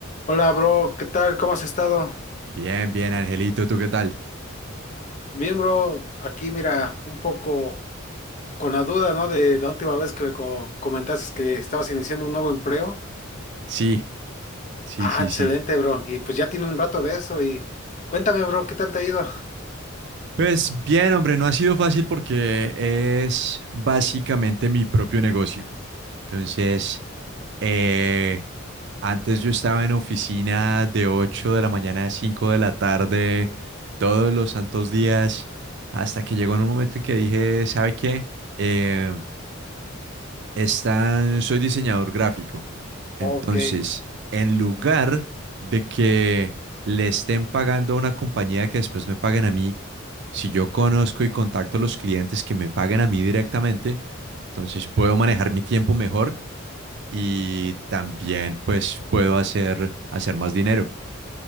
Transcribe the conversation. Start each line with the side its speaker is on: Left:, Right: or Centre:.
Left: Hola, bro, ¿qué tal? ¿Cómo has estado?
Right: Bien, bien, Angelito, ¿tú qué tal?
Left: Bien, bro, aquí mira, un poco con la duda, ¿no? De la última vez que me co- comentaste que estabas iniciando un nuevo empleo.
Right: Sí, sí,
Left: Ah,
Right: sí,
Left: excelente,
Right: sí.
Left: bro. Y pues ya tiene un rato de eso y cuéntame, bro, ¿qué tal te ha ido?
Right: Pues bien, hombre, no ha sido fácil porque es básicamente mi propio negocio. Entonces, eh, antes yo estaba en oficina de 8 de la mañana a 5 de la tarde, todos los santos días, hasta que llegó en un momento en que dije, ¿sabe qué? Eh, está, soy diseñador gráfico.
Left: Ok.
Right: Entonces, en lugar de que le estén pagando a una compañía que después me paguen a mí, si yo conozco y contacto a los clientes que me paguen a mí directamente, entonces puedo manejar mi tiempo mejor y también pues puedo hacer, hacer más dinero.